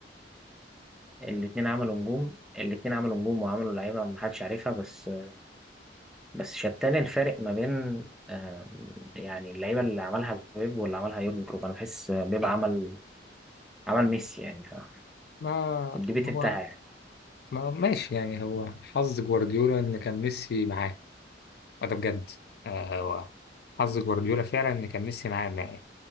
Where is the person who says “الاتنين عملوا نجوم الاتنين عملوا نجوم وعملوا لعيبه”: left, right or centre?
Centre